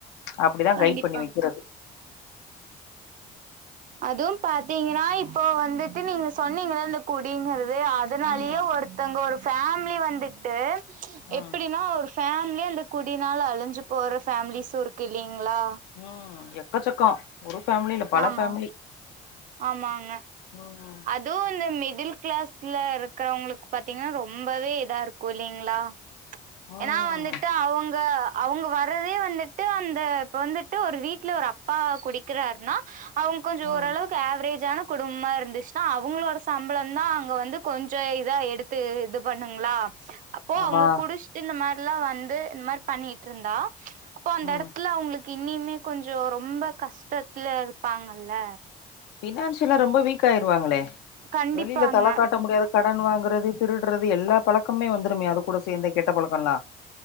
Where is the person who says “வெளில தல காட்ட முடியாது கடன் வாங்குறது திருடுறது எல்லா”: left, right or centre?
Left